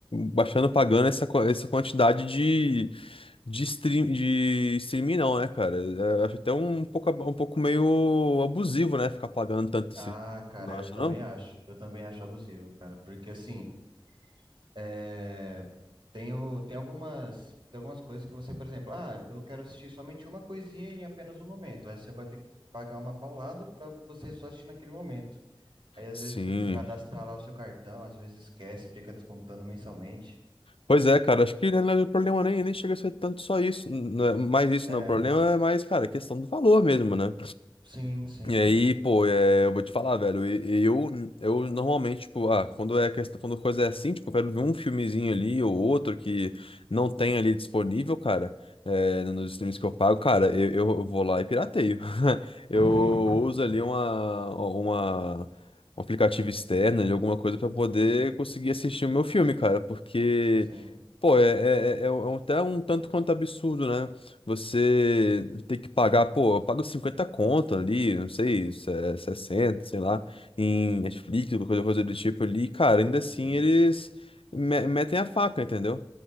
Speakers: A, on the left; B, on the right.
A: baixando pagando essa, qua- essa quantidade de de stream de streaming não, né, cara? É, acho até um pouco ab- um pouco meio abusivo, né, ficar pagando tanto
B: Ah,
A: assim.
B: cara,
A: Não
B: eu
A: acha
B: também
A: não?
B: acho. Eu também acho abusivo, cara. Porque assim, é... tenho, tem algumas, tem algumas coisas que você, por exemplo, ah, eu quero assistir somente uma coisinha em apenas um momento. Aí você vai ter que pagar uma paulada pra você só assistir naquele momento. Aí às
A: Sim.
B: vezes você te cadastra lá o seu cartão, às vezes esquece, fica descontando mensalmente.
A: Pois é, cara, acho que na verdade o problema nem nem chega a ser tanto só isso, n- não é mais isso
B: É,
A: não, o problema é mais, cara, a questão do valor mesmo, né?
B: sim, sim.
A: E aí, pô, é, eu vou te falar, velho, e- e eu, eu normalmente, tipo, ah, quando é questão, quando coisa é assim, tipo, eu quero ver um filmezinho ali ou outro que não tem ali disponível, cara, é, nos streams que eu pago, cara, eu, eu eu vou lá e pirateio. <laughs> Eu
B: <laughs>
A: uso ali uma, uma, um aplicativo externo, ali, alguma coisa pra poder
B: Uhum,
A: conseguir assistir o meu filme, cara, porque,
B: sim.
A: pô, é, é, é, é um- até um tanto quanto absurdo, né? Você tem que pagar, pô, eu pago 50 conto ali, não sei, se- 60, sei lá, em Netflix, alguma coisa, coisa do tipo ali, cara, ainda assim
B: Sim.
A: eles me- metem a faca, entendeu?